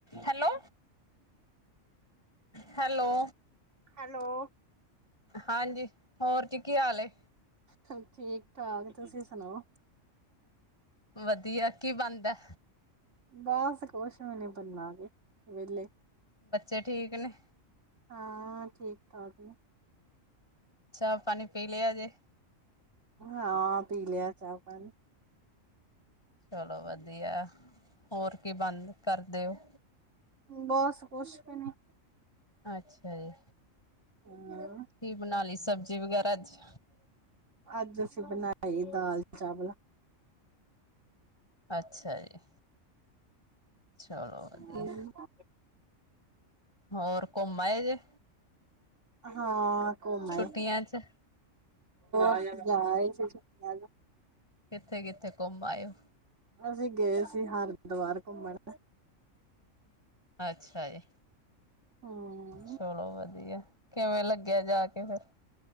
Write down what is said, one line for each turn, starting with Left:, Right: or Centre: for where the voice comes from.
Left: Hello -hello
Right: hello
Left: ਹਾਂਜੀ, ਹੋਰ ਜੀ, ਕੀ ਹਾਲ ਏ।
Right: ਸਬ ਠੀਕ- ਠਾਕ ਤੁਸੀਂ ਸੁਣਾਓ।
Left: ਵਧੀਆ ਕੀ ਬਣਦਾ।
Right: ਬੱਸ ਕੁਛ ਵੀ ਨੀ ਬਣਨਾ ਹਜੇ, ਵਿਹਲੇ
Left: ਬੱਚੇ ਠੀਕ ਨੇ?
Right: ਹਾਂ, ਠੀਕ -ਠਾਕ ਜ
Left: ਚਾਹ ਪਾਣੀ ਪੀ ਲਿਆ ਜੇ।
Right: ਅ ਹਾਂ ਪੀਲੇਆ ਚਾ ਪਾਣੀ।
Left: ਚਲੋ ਵਧੀਆ। ਹੋਰ ਕੀ ਬੰਣ ਕਰਦੇ ਹੋ।
Right: ਬੱਸ ਕੁੱਛ ਵੀ ਨੀ।
Left: ਅੱਛਾ ਜੀ
Right: ਹਮ
Left: ਕੀ ਬਣਾ ਲਈ ਸਬਜ਼ੀ ਵਗੈਰਾ ਅੱਜ।
Right: ਅੱਜ ਅਸੀਂ ਬਣਾਈ ਦਾਲ ਚਾਵਲ।
Left: ਅੱਛਾ ਜੀ। ਚਲੋ ਵਧੀਆ
Right: ਹਮ। <unintelligible>
Left: ਹੋਰ ਘੁੰਮ ਆਏ ਜੇ
Right: ਹਾਂ ਘੁੰਮ ਆਏਔ
Left: ਛੁੱਟੀਆਂ ਚ
Right: ਅਸੀਂ ਜਾ ਆਏ ਸੀ ਫੇਰ। ਹੈਲੋ।
Left: ਕਿੱਥੇ ਕਿੱਥੇ ਘੁੰਮ ਆਏ ਓ।
Right: ਅਸੀਂ ਗਏ ਸੀ ਹਰਦੁਵਾਰ ਘੁੰਮਣ।
Left: ਅੱਛਾ ਜੀ
Right: ਹਮ
Left: ਚਲੋ ਵਧੀਆ ਕਿਵੇਂ ਲੱਗਿਆ ਜਾਕੇ ਫਿਰ।